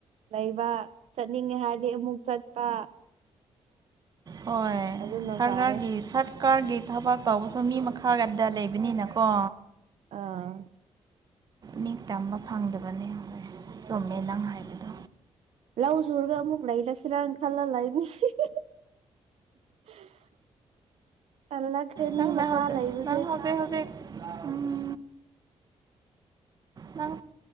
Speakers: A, on the right; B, on the right.
A: ꯂꯩꯕ ꯆꯠꯅꯤꯡꯉꯦ ꯍꯥꯏꯔꯗꯤ ꯑꯃꯨꯛ ꯆꯠꯄ
B: ꯍꯣꯏ
A: ꯑꯗꯨꯅ
B: ꯁꯥꯔꯒꯥꯔꯒꯤ
A: ꯐꯔꯦ
B: ꯁꯠ ꯀꯥꯔꯒꯤ ꯊꯕꯛ ꯇꯧꯕꯁꯨ ꯃꯤ ꯃꯈꯥꯒꯗ ꯂꯩꯕꯅꯤꯅꯀꯣ
A: ꯑꯥ
B: ꯅꯤꯡ ꯇꯝꯕ ꯐꯪꯗꯕꯅꯦ ꯆꯨꯝꯃꯦ ꯅꯪ ꯍꯥꯏꯕꯗꯣ
A: ꯂꯧ ꯁꯨꯔꯒ ꯑꯃꯨꯛ ꯂꯩꯔꯁꯤꯔꯥꯟ ꯈꯜꯂ ꯂꯩꯕꯅꯤ <unintelligible> <unintelligible>
B: ꯅꯪꯅ
A: ꯃꯈꯥ
B: ꯍꯧꯖꯤꯛ
A: ꯂꯩꯕꯁꯦ
B: ꯅꯪ ꯍꯧꯖꯤꯛ ꯍꯧꯖꯤꯛ ꯎꯝ ꯅꯪ